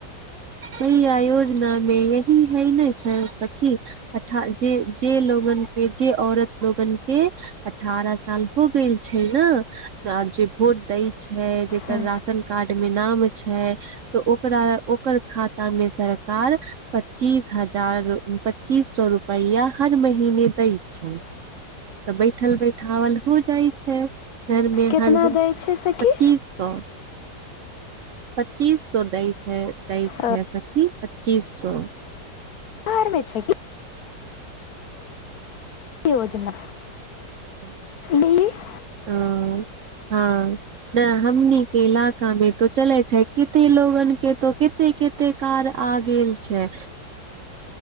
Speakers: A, on the right (about 60°); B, on the left (about 65°).
A: अहिय योजना मे यही है ने छै सखि अठ जे जे लोगन के जे औरत लोगन के अठ बारह साल हो गेल छै ने आर जे भोट दै छै जेकर
B: हँ,
A: राशन कार्ड मे छै ओकरा खाता मे सरकार पच्चीस ह हजार पच्चीस सौ रुपैआ हर महीने दै छै तऽ बैठल बैठओल हो जाइ छै घरमे
B: केतना
A: हर
B: दै छै सखी
A: पच्चीस सौ पच्चीस सो दइस है दइस
B: अ,
A: है सखी पच्चीस सो
B: बर मे छै कि योजना
A: ह्म <inaudible>
B: इ <inaudible>
A: ह <inaudible> हँ ने हमनि इलाका मे तो चले छै कते लोगन के तो कते ते कार आ गेल छै